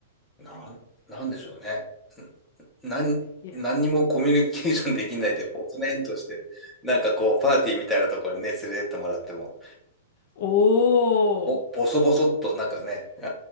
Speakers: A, in the centre; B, on the left (about 55°).
A: なん、なんでしょうね。んなん、
B: いや。
A: 何にもコミュニケーションできないで、ボツネンとして、なんかこう、パーティーみたいなところにね、連れてってもらっても、
B: おお、
A: お、ボソボソっと、なんかね、<laughs>